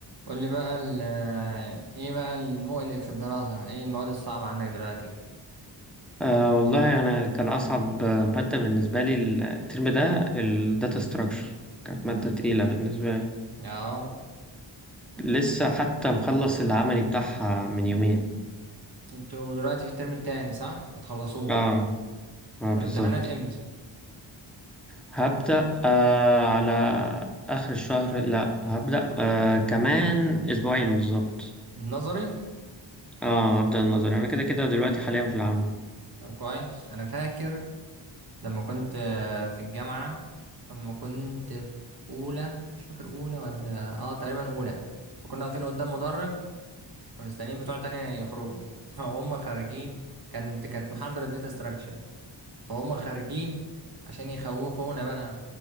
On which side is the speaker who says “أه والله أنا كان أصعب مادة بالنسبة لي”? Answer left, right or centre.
Centre